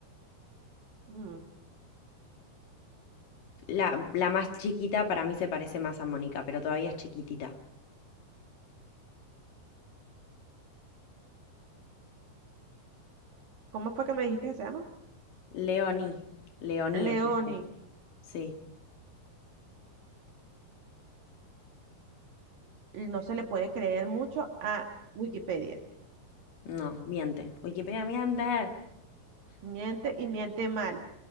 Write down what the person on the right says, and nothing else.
Mm,
¿Cómo fue que me dijiste que se llama?
Leoni.
No se le puede creer mucho a Wikipedia.
Miente y miente mal.